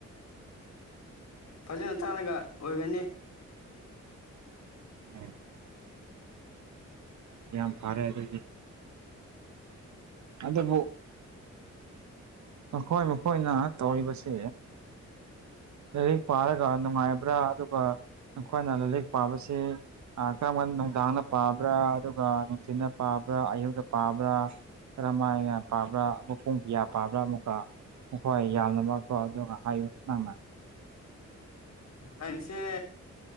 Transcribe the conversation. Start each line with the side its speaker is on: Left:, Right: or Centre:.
Left: ꯐꯖꯅ ꯇꯥꯔꯒ ꯑꯣꯏꯒꯅꯤ
Right: ꯎꯝ ꯌꯥꯝ ꯐꯥꯔꯦ ꯑꯗꯨꯗꯤ ꯑꯗꯕꯨ ꯃꯈꯣꯏ ꯃꯈꯣꯏꯅ ꯇꯧꯔꯤꯕꯁꯦ ꯂꯥꯏꯔꯤꯛ ꯄꯥꯔꯒ ꯅꯨꯡꯉꯥꯏꯕ꯭ꯔꯥ ꯑꯗꯨꯒ ꯅꯈꯣꯏꯅ ꯂꯥꯏꯔꯤꯛ ꯄꯥꯕꯁꯤ ꯀꯔꯝꯝꯕꯗ ꯅꯨꯡꯗꯥꯡꯅ ꯄꯥꯕ꯭ꯔꯥ ꯑꯗꯨꯒ ꯅꯨꯡꯊꯤꯅ ꯄꯥꯕ꯭ꯔꯥ ꯑꯌꯨꯛꯇ ꯄꯥꯕ꯭ꯔꯥ ꯀꯔꯝ ꯍꯥꯏꯅ ꯄꯥꯕ꯭ꯔꯥ ꯃꯈ ꯄꯨꯡ ꯀꯤꯌꯥ ꯄꯥꯕ꯭ꯔꯥ ꯑꯃꯨꯛꯀ ꯍꯣꯏ ꯌꯥꯝꯅ ꯃꯔꯛꯇꯣ ꯑꯗꯨꯒ ꯍꯥꯏꯌꯨ ꯅꯪꯅ
Left: ꯑꯩꯁꯦ